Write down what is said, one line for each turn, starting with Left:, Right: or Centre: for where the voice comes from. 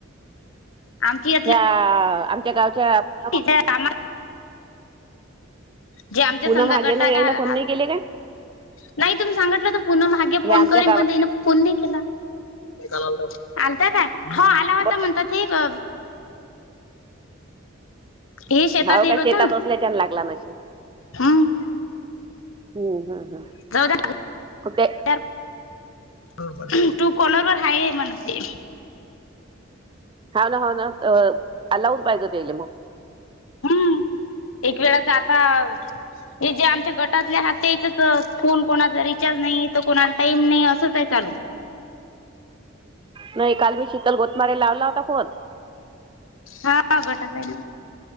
Left: आमची यातले
Right: ह्या आमच्या गावच्या. <inaudible>
Left: त्या कामात जे आमच्या
Right: पूनम
Left: समजा
Right: हागेनं
Left: गटाट
Right: यायनं
Left: आहात.
Right: फोन नाही केले काय
Left: नाही तुम्ही सांगितलं तर पुन्हा मागे
Right: हे
Left: फोन
Right: आमच्या
Left: करीन
Right: गावात
Left: पण त्यानी. कॉल नाही केला? नाही काल आलता ना. आलता काय? हो आला होता
Right: ब-
Left: म्हणता हे ब हे शेतात
Right: हाव
Left: येल
Right: का
Left: होता
Right: शेतात असल्याच्यान लागला नशे
Left: हम्म
Right: हम्म हम्म. हम्म
Left: जाऊद्या
Right: ते
Left: <unintelligible> ट्रू कॉलर वर हाय म्हण ते.
Right: हा ना, हा ना लावून पाहिजे तेले मग.
Left: हम्म एक वेळाच आता. ज जे आमच्या गटातले हात तेचच फोन कोणाचा रिचार्ज नाही तर कोणाला टाईम नाही असंच आहे चालू.
Right: नाही काल मी शीतल गोतमारी लावला होता फोन.
Left: हा गटात आहे ना,